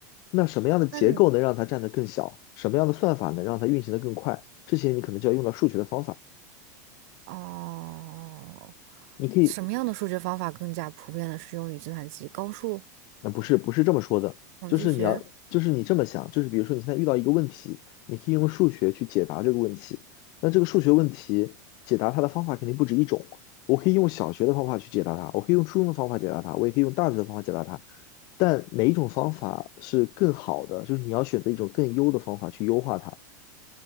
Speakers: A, on the left; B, on the right.
A: 那什么样的结构能让它占得更小？
B: 那
A: 什么样的算法能让它运行得更快？这些你可能就要用到数学的方法。
B: 哦，
A: 你可以，
B: 什么样的数学方法更加普遍的适用于计算机？高数、
A: 呃，不是不是这么说的，
B: 统计学？
A: 就是你要，就是你这么想，就是比如说你现在遇到一个问题，你可以用数学去解答这个问题。那这个数学问题解答它的方法肯定不止一种。我可以用小学的方法去解答它，我可以用初中的方法解答它，我也可以用大学的方法解答它。但哪一种方法是更好的？就是你要选择一种更优的方法去优化它。